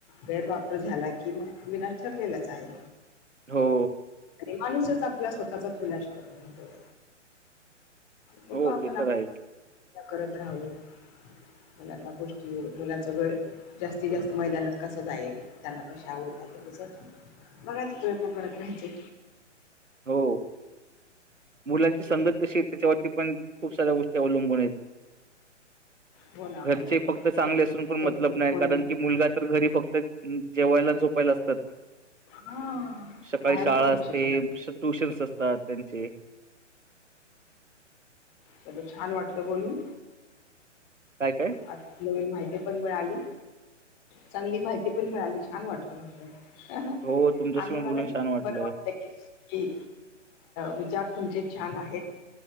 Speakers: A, on the left; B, on the right.
A: गैरवापर झाला की मग विनाश ठरलेलाच आहे
B: हो
A: आणि माणूसच आपला स्वतःचा विनश करून घेतोय बघ
B: हो
A: आपण
B: ते तर आहेच
A: करत राहू मुलांना गोष्टी मुलांचा वेळ जास्तीत जास्त मैदानात कस जाईल त्यांना कशी आवड बघा ते प्रयत्न करत राहाय
B: हो मुलांची संगत कशी आहे त्याच्यावरती पण खूप साऱ्या गोष्टी अवलंबून आहेत
A: हो ना हो
B: घरचे
A: ना
B: फक्त चांगले असून पण
A: ते
B: मतलब
A: फोन
B: नाही कारण
A: आहे
B: की मुलगा तर घरी फक्त जेवायला झोपायला असतात
A: हा
B: सकाळी
A: बाहेर
B: शाळा
A: कोण लक्ष
B: असते
A: ठेवणार
B: ट्यूशन्स असतात त्यांचे
A: चल छान वाटलं बोलून
B: काय काय?
A: आ नवीन माहिती पण मिळाली चांगली माहिती पण मिळाली छान वाटलं म
B: हो तुमच्याशी
A: आणि मला
B: बोलून
A: हे
B: छान
A: पण
B: वाटलं
A: बरं वाटत कीि विचार तुमचे छान आहेत